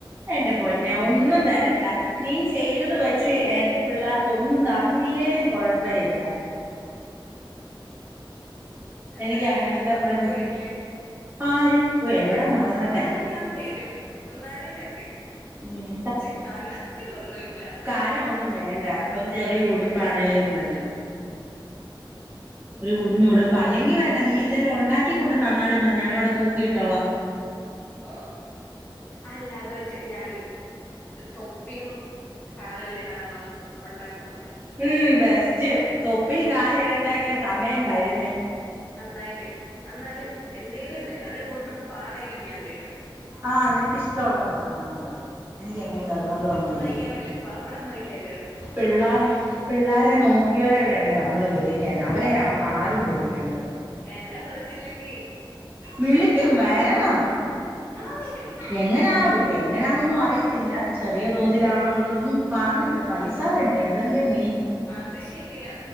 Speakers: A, on the right; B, on the left.
A: എന്റെ പൊന്നെ ഒന്നും തരണ്ട നീ ചെയ്തത് വെച്ച് എന്റെ പിള്ളേർക്കൊന്നും തന്നില്ലേലും കൊഴപ്പയില്ല.
B: എന്നാലും
A: എനിക്ക് അങ്ങനത്തെ
B: എന്നെ മറന്നു
A: പ്രതി
B: പോയില്ലേ.
A: ആര് എവിടെ മറന്നോട്ടെ
B: അന്നാലും ഞാൻ തരും അന്നാലും ഞാൻ തരും.
A: ഉം
B: ചിക്കനത്തിലൊന്നും ഇല്ല.
A: കാനം ഒന്നും വേണ്ട ഒരു ചെറിയ ഉടുപ്പാണെേലും
B: കാണുമ്പോ
A: മതി. ഒരു കുഞ്ഞുടുപ്പ് അല്ലെങ്കി വേണ്ട നീ എന്തേലും ഒണ്ടാക്കി കൊണ്ട് തന്നാലും മതി ഞങ്ങളവിടെ തൂക്കിയിട്ടോളാ
B: ഓ അല്ലാതെ വെച്ചിട്ട് ഞാൻ. തൊപ്പിയും കാലേൽ ഇടാന്ന് ഒണ്ടാക്കുന്നൊണ്ട്.
A: ഉം ബെസ്റ്റ് തൊപ്പി കാലേ ഇടേണ്ടൊക്കെ സമയം കഴിഞ്ഞ്.
B: അന്നാലും അന്നാലും എന്തേലും തരും അല്ലേ ഉടുപ്പാണേലും ഞാൻ തരും
A: ആഹ് നിനക്ക് ഇഷ്ട്ടൊള്ളത് നീ തന്നാ മതി എനിക്ക് എങ്ങനെ നിർബന്ധം ഒന്നുല്ല
B: യ്ക്കാ വല്യ പാടൊന്നും ഇല്ലല്ലോ
A: പിള്ളേർ പിള്ളാരെ നോക്കിയവരെ വേണ്ടേ നമ്മള് വിളിക്കാൻ അവരെയാ നമ്മൾ ആദ്യം വിളിക്കേണ്ടത് -
B: എന്നെ വിളിച്ചില്ലെങ്കി
A: വിളിക്കും
B: ബഹള
A: വരണം
B: ഞാൻ വരും.
A: എങ്ങനാ എങ്ങനാന്നൊന്നും അറിയത്തില്ല ചെറിയ തോതിലാണോ വിലൊന്നും പറഞ്ഞിട്ടില്ല. പൈസ വേണ്ടേ അതല്ലേ മെയിൻ
B: അത് ശരിയാ